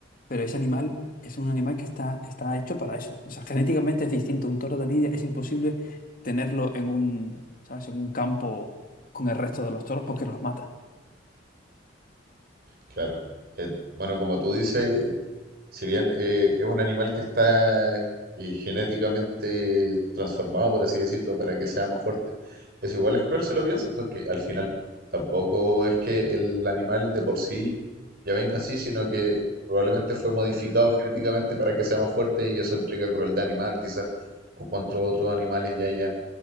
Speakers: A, on the left; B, on the right.
A: pero ese animal es un animal que está, está hecho para eso. O sea, genéticamente es distinto. Un toro de lidia es imposible tenerlo en un, ¿sabes? En un campo con el resto de los toros porque los mata.
B: Claro. Eh, bueno, como tú dices, Si bien eh, es un animal que está eh, genéticamente transformado, por así decirlo, para que sea más fuerte, es igual es cruel si lo piensas, porque al final tampoco es que el animal de por sí ya venga así, sino que probablemente fue modificado genéticamente para que sea más fuerte y eso implica crueldad animal, quizás con cuantos otros animales ya hayan